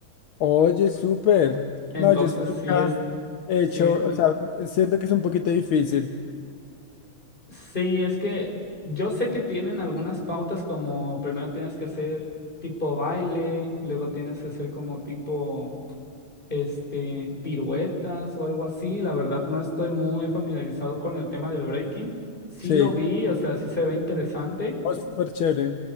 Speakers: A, on the left (about 60°); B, on the left (about 15°).
A: Oye, súper.
B: Entonces,
A: No, yo sí nunca
B: sí, este,
A: he
B: sí,
A: hecho, o sea, siento que es un poquito difícil.
B: sí, es que yo sé que tienen algunas pautas como primero tienes que hacer tipo baile, luego tienes que hacer como tipo este, piruetas o algo así. La verdad no estoy muy familiarizado con el tema del breaking. Sí
A: Sí,
B: lo vi, o sea, sí se ve interesante,
A: oh, súper chévere.